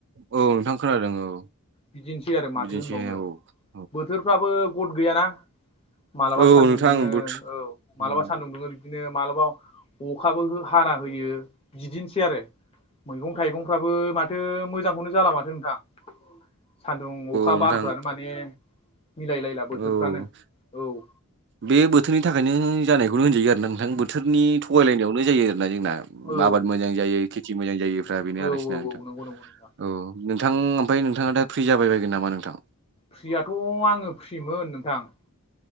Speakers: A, on the right; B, on the left.
A: औ नोंथां खोनादों औ
B: बिदिनोसै आरो माथो
A: बिदिनोसै
B: होनबावनो
A: ओ औ।
B: बोथोरफ्राबो गद गैयाना मालाबा
A: औ
B: सान्दुं
A: नोंथां
B: दुंङो
A: बोथ
B: औ
A: औ
B: मालाबा सान्दुं दुंङो बिदिनो मालाबा अखाबो हो हाना होयो बिदिनोसै आरो मैगं थाइगं फाबो माथो मोजांखौनो जाला माथो नोंथां सान्दुं, अखा,
A: नोंथां
B: बार माने मिलायलायला बोथोरफ्रानो
A: औ
B: औ।
A: बे बोथोरनि थाखायनो जानायखौनो होनजायो आरो ना नोंथां बोथोरनि थगायलायनायावनो जायो आरोना जोंना।
B: औ
A: उम आबाद मोजां जायो खेथि मोजां जायिफ्रा बेनो
B: औ
A: आरो इसिना
B: औ
A: नोंथां
B: औ नंगौ नंगौ नोंथां
A: औ नोंथां ओमफाय नोंथाङा दा फ्रि जाबाय बायगोन नामा नोंथां?
B: फ्रियाथ' आंङो फ्रिमोन नोंथां।